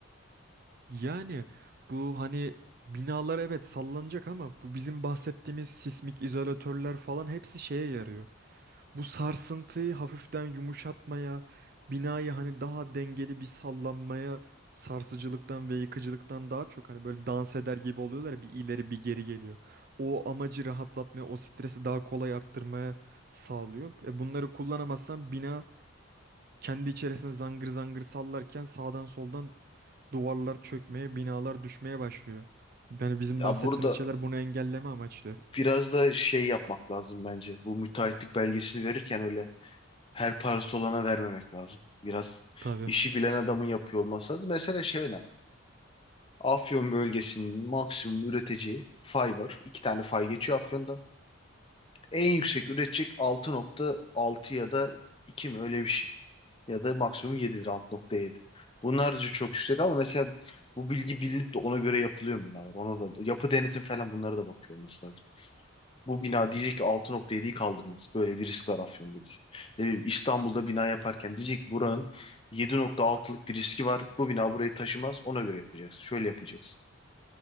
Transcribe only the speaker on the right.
Yani bu hani binalar evet sallanacak ama bu bizim bahsettiğimiz sismik izolatörler falan hepsi şeye yarıyor. Bu sarsıntıyı hafiften yumuşatmaya, binayı hani daha dengeli bir sallanmaya, sarsıcılıktan ve yıkıcılıktan daha çok hani böyle dans eder gibi oluyorlar ya, bir ileri bir geri geliyor. O amacı rahatlatmaya, o stresi daha kolay arttırmaya sağlıyor. E bunları kullanamazsan bina kendi içerisinde zangır zangır sallarken sağdan soldan Duvarlar çökmeye, binalar düşmeye başlıyor. Yani bizim
bahsettiğimiz
şeyler bunu engelleme amaçlı.
Tabii.